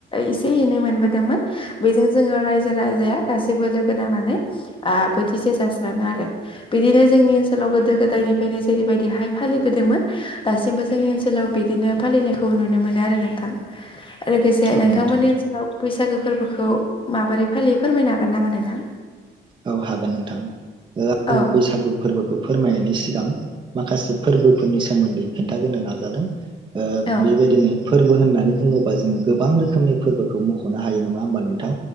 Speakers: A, on the left; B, on the right.
A: एसे एनै मोनबोदोंमोन बेजों जोङो रायजो राजाया गासैबो लोगो नानानै माने ओ बोथिसे जास्राङो आरो। बिदिनो जोंनि ओनोलाव गोदायनिनो जेरै बायदिहाय फालिबोदोंमोन दासिमबो जोंनि ओनसोलाव बिदिनो फालिनायखौ नुनो मोनो आरो नोंथां। लोगोसे
B: औ
A: नोंथांमोननि
B: नोंथां
A: ओनसोलाव बैसागो फोरबोखौ माबोरै फालि फोरमायनो हागोन नामा नोंथां?
B: औ हागोन नोंथां। ओ आङो
A: औ
B: बैसागो फोरबोखौ फोरमायनायनि सिगां माखासे फोरबोफोरनि सोमोन्दै खिन्थागोनो नाजादों। ओ
A: औ
B: बेबायदिनो फोरबो होननानै बुङोबा जोङो गोबां रोखोमनि फोरबोखौ मख'नो हायो नङा होमबा नोंथां?